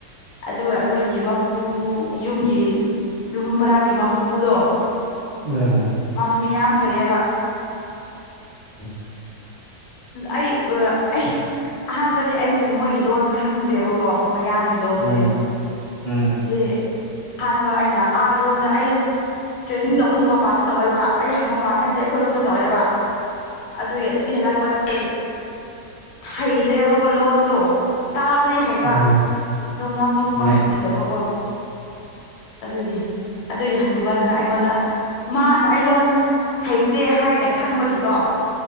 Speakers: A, on the left (about 80°); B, on the right (about 80°).
A: ꯑꯗꯨꯒ ꯑꯩꯈꯣꯏꯒꯤ ꯃꯄꯨ ꯌꯨꯝꯒꯤ ꯌꯨꯝ ꯕꯔꯥꯒꯤ ꯃꯄꯨꯗꯣ
B: ꯎꯝ
A: ꯃꯥꯁꯨ ꯃꯤ ꯌꯥꯝ ꯐꯩꯌꯦꯕ
B: <inaudible>
A: ꯑꯩ ꯑꯩ ꯑꯍꯥꯟꯕꯗꯤ ꯑꯩꯁꯦ ꯃꯣꯏꯒꯤ ꯂꯣꯟ ꯈꯪꯗꯦꯕꯀꯣ ꯃꯌꯥꯡꯒꯤ ꯂꯣꯟꯁꯦ
B: ꯎꯝ ꯎꯝ ꯎꯝ
A: ꯁꯤ ꯑꯍꯥꯟꯕ ꯑꯩꯅ ꯑꯥ ꯂꯣꯝꯗ ꯑꯩ ꯇ꯭ꯔꯦꯅꯤꯡ ꯇꯧꯕꯁꯨ ꯃꯄꯥꯟꯗ ꯇꯧꯋꯦꯕ ꯑꯩ ꯃꯄꯥꯟ ꯍꯥꯏꯕꯗꯤ ꯑꯩꯈꯣꯏꯔꯣꯝꯗ ꯇꯧꯋꯦꯕ ꯑꯗꯨꯒꯤ ꯑꯁꯤ ꯍꯜꯂꯛꯄ ꯑꯦ ꯍꯩꯗ꯭ꯔꯦꯕꯒꯣ ꯂꯣꯟꯗꯣ ꯇꯥꯕꯗꯤ ꯍꯩꯕ
B: ꯎꯝ
A: ꯑꯗꯨ ꯉꯥꯡꯊꯣꯛꯄꯗꯤ
B: ꯎꯝ ꯎꯝ
A: ꯍꯩꯇꯕꯀꯣ ꯑꯗꯨꯒꯤ ꯑꯗꯨꯒꯤ ꯍꯟꯅꯨꯕꯗꯨꯅ ꯑꯩꯉꯣꯟꯗ ꯃꯥꯁꯨ ꯑꯩ ꯂꯣꯟ ꯍꯩꯇꯦ ꯍꯥꯏꯅ ꯈꯪꯕꯒꯤꯀꯣ